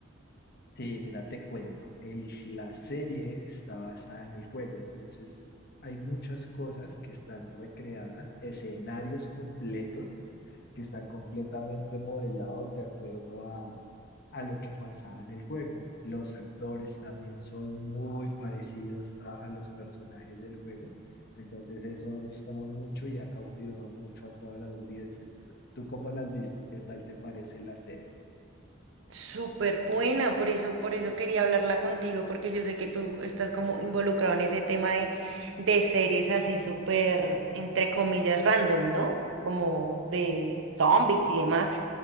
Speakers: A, on the left (about 55°); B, on the right (about 70°).
A: Sí, mira, te cuento, el- la serie está basada en el juego, entonces hay muchas cosas que están recreadas, escenarios completos que están completamente modelados de acuerdo a, a lo que pasaba en el juego. Los actores también son muy parecidos a, a los personajes del juego, entonces eso ha gustado mucho y ha cautivado mucho a toda la audiencia. ¿Tú tú cómo la has visto? ¿Qué tal te parece la serie?
B: Súper buena, por eso, por eso quería hablarla contigo, porque yo sé que tú estás como involucrado en ese tema de, de series así súper, entre comillas, random, ¿no? Como de zombies y demás.